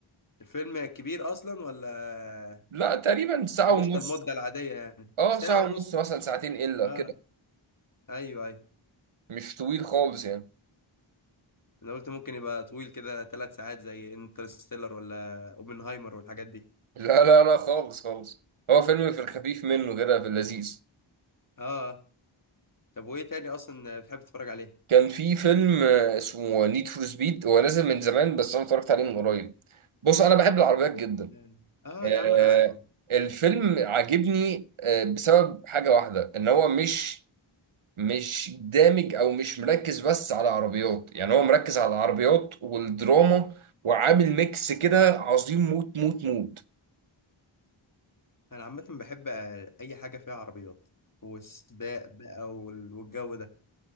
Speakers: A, on the left; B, on the right.
A: الفيلم كبير اصلا ولا
B: لا تقريبا ساعة
A: ولا
B: ونص
A: قشطه المده العاديه يعني
B: اه
A: ساعه
B: ساعة
A: ونص
B: ونص مثلا ساعتين الا
A: اه
B: كده
A: ايوه ايوه
B: مش طويل خالص يعني
A: انا قلت ممكن يبقى طويل كده ثلاث ساعات زي انترستيلر ولا اوبنهايمر والحاجات دي
B: لا لا لا خالص خالص هو فيلم في الخفيف منه كده في اللذيذ
A: اه طب وايه تاني اصلا بتحب تتفرج عليه
B: كان في فيلم آه، اسمه نيد فور سبيد هو نازل من زمان بس انا اتفرجت عليه من قريب بص انا بحب العربيات
A: <laughs>
B: جدا
A: اه
B: آه
A: يا عم انا عارف
B: الفيلم عاجبني آه بسبب حاجة واحدة ان هو مش مش دامج او مش مركز بس على عربيات يعني هو مركز على العربيات والدراما وعامل ميكس كده عظيم موت موت موت
A: انا عامه بحب آه، اي حاجه فيها عربيات والسباق بقى وال- والجو ده